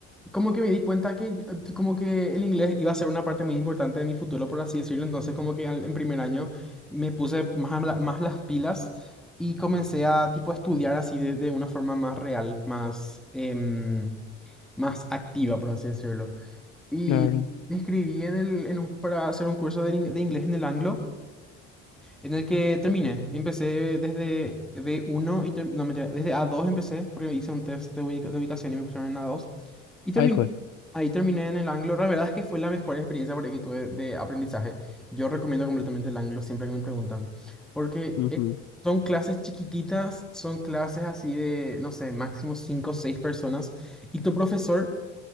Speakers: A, in the centre; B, on the left (about 55°).
A: como que me di cuenta que eh, como que el inglés iba a ser una parte muy importante de mi futuro, por así decirlo. Entonces como que al- en primer año me puse más, a la- más las pilas y comencé a tipo estudiar así de, de una forma más real, más, em, más activa, por así decirlo. Y
B: Claro.
A: me inscribí en el, en un- para hacer un curso de, in- de inglés en el Anglo, en el que terminé. Empecé desde b uno y ter- no, mentira, desde a dos empecé, porque hice un test de, ubica- de ubicación y me pusieron en a dos Y terminé
B: Ay, juez.
A: Ahí terminé en el Anglo. La verdad es que fue la mejor experiencia por ahí que tuve de aprendizaje. Yo recomiendo completamente el Anglo siempre que me preguntan. Porque
B: Ujú,
A: eh, son clases chiquititas, son clases así de, no sé, máximo 5 o 6 personas. Y tu profesor,